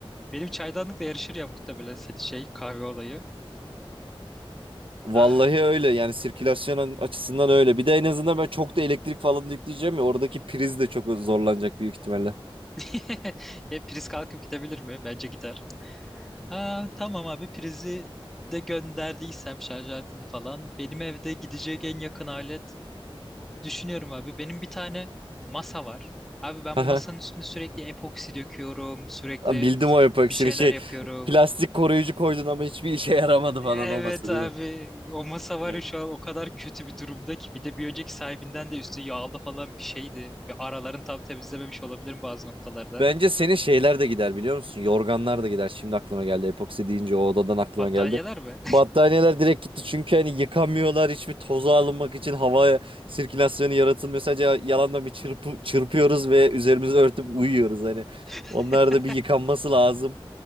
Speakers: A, in the centre; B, on the right.
A: benim çaydanlıkla yarışır ya muhtemelen senin şey kahve olayı.
B: Vallahi
A: Ah.
B: öyle yani sirkülasyon açısından öyle bir de en azından
A: Hı
B: ben çok
A: hı.
B: da elektrik falan yükleyeceğim ya oradaki priz de çok zorlanacak büyük ihtimalle.
A: <laughs> E, priz kalkıp gidebilir mi? Bence gider. Aa, tamam abi prizi de gönderdiysem şarj aletini falan benim evde gidecek en yakın alet Düşünüyorum abi. Benim bir tane masa var. Abi ben
B: <laughs>
A: bu masanın üstünde sürekli epoksi döküyorum. Sürekli
B: Lan Bildim o epoksini
A: bir şeyler
B: şey
A: yapıyorum.
B: plastik koruyucu koydun ama hiçbir işe <laughs> yaramadı
A: Evet
B: falan olması
A: abi
B: değil mi?
A: o masa var
B: Evet.
A: ya şu an o kadar kötü bir durumda ki. Bir de bir önceki sahibinden de üstü yağlı falan bir şeydi. Ve aralarını tam temizlememiş olabilirim bazı noktalarda.
B: Bence senin şeyler de gider biliyor musun? Yorganlar da gider. Şimdi aklıma geldi epoksi deyince o odadan aklıma
A: Battaniyeler
B: geldi.
A: mi?
B: Battaniyeler direkt gitti çünkü hani yıkamıyorlar hiçbir toza alınmak için hava sirkülasyonu yaratılmıyor. Sadece yalandan bir çırpı, çırpıyoruz ve üzerimizi örtüp uyuyoruz hani.
A: <laughs>
B: Onlar da bir yıkanması lazım.